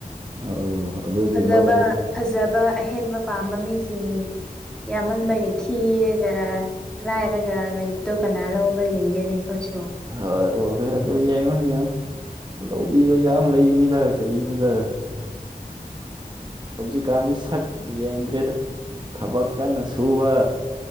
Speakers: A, on the right (about 30°); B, in the centre.
A: ꯑ ꯑꯗꯨꯑꯣꯏꯗꯤ
B: ꯐꯖꯕ
A: ꯂꯧꯔꯣ
B: ꯐꯖꯕ ꯑꯍꯦꯟꯕ ꯄꯥꯝꯕ ꯃꯤꯁꯤꯡ ꯌꯥꯝꯃꯟꯕꯒꯤ ꯊꯤꯔꯒ ꯂꯥꯏꯔꯒ ꯂꯩꯕꯗꯣ ꯀꯅꯥ ꯂꯧꯕ꯭ꯔꯥ ꯌꯦꯡꯒꯦꯅꯦ ꯑꯩꯈꯣꯏꯁꯨ
A: ꯍꯣꯏ ꯍꯣꯏ ꯍꯣꯏ ꯑꯗꯨ ꯌꯦꯡꯉꯣ ꯌꯦꯡꯉꯣ ꯂꯧꯕꯤꯕ ꯌꯥꯝ ꯂꯩꯒꯅꯤꯗ ꯀꯔꯤꯅꯣꯗ ꯍꯧꯖꯤꯛꯀꯥꯟꯗꯤ ꯁꯛ ꯌꯦꯡꯗ꯭ꯔꯦꯗ ꯊꯕꯛ ꯀꯟꯅ ꯁꯨꯕ